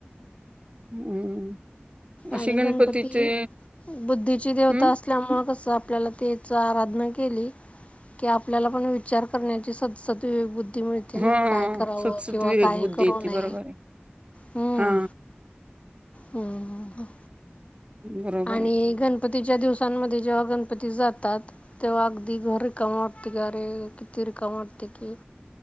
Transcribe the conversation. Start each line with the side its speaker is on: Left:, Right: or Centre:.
Right: हम्म <unintelligible> असे
Left: आणि
Right: गणपतीचे
Left: गणपती बुद्धीची देवता
Right: हम्म
Left: असते. ल्यामुळे कस आपल्याला त्याच आराधना केली कि आपल्याला पण विचार करण्याची सदद् मिळते
Right: हा
Left: ना काय करावं
Right: सतसत
Left: किंवा
Right: विवेक
Left: काही
Right: बुद्धी
Left: करू
Right: येते
Left: नय
Right: बरोबर आहे
Left: हम्म
Right: हा.
Left: हम्म हम् ह
Right: बरोबर
Left: आणि
Right: आहे
Left: गणपतीच्या दिवसांमध्ये जेव्हा गणपती जातात तेव्हा अगदी घर रिकम वाटते ग अ रे किती रिकम वाटते की